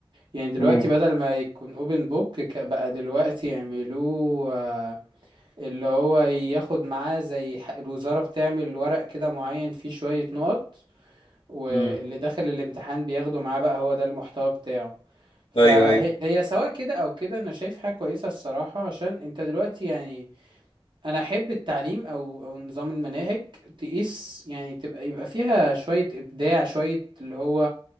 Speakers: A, on the right; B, on the left.
A: يعني دلوقتي
B: امم
A: بدل ما يكون اوبن بوك بقى دلوقتي يعملوه آه، اللي هو ياخد معاه زي ح- الوزاره بتعمل ورق كده معين فيه شويه نقط واللي
B: امم
A: داخل الامتحان بياخده معاه بقى هو ده المحتوى بتاعه فهي
B: ايوه ايوه
A: هي سواء كده او كده انا شايف حاجه كويسه الصراحه عشان انت دلوقتي يعني انا احب التعليم او او نظام المناهج تقيس يعني تبقى يبقى فيها شويه ابداع شويه اللي هو